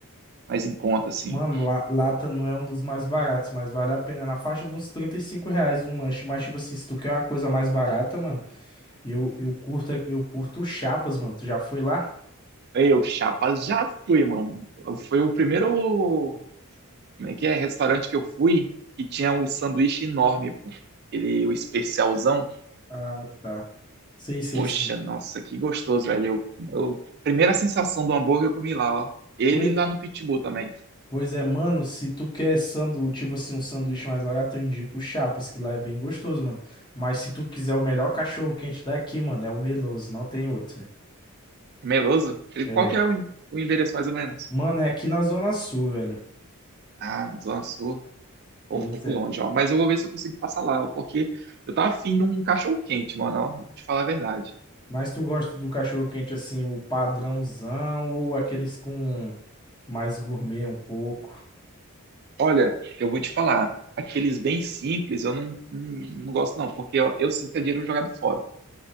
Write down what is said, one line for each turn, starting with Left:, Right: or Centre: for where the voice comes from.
Right: mais em conta, assim.
Left: Mano, la- lata não é um dos mais baratos, mas vale a pena. É Na faixa de uns 35 reais um lanche. Mas, tipo assim, se tu quer uma coisa mais barata, mano, eu, eu curto, eu curto Chapas, mano. Tu já foi lá?
Right: Eu, Chapa, já fui, mano. Foi o primeiro, como é que é, restaurante que eu fui que tinha um sanduíche enorme, pô. Ele, o especialzão.
Left: Ah, tá. Sei, sei,
Right: Poxa,
Left: sei.
Right: nossa, que gostoso, velho. Eu, eu- primeira sensação do hambúrguer eu comi lá, ó. Ele
Left: Pois,
Right: lá no Pitbull também.
Left: pois é, mano, se tu quer sandu, tipo assim, um sanduíche mais barato, eu indico o Chapas, que lá é bem gostoso, mano. Mas se tu quiser o melhor cachorro quente daqui, mano, é o Meloso, não tem outro, velho.
Right: Meloso? Ele,
Left: É.
Right: qual que é o, en- o endereço mais ou menos?
Left: Mano, é aqui na Zona Sul, velho.
Right: Ah, na Zona Sul. Pô,
Left: Pois
Right: um pouco
Left: é.
Right: longe, ó. Mas eu vou ver se eu consigo passar lá, ó, porque eu tava afim de um cachorro quente, mano, ó. Vou te falar a verdade.
Left: Mas tu gosta do cachorro quente assim, o padrãozão ou aqueles com mais gourmet um pouco?
Right: Olha, eu vou te falar, aqueles bem simples eu não, não, não gosto não, porque eu, eu sinto que é dinheiro jogado fora,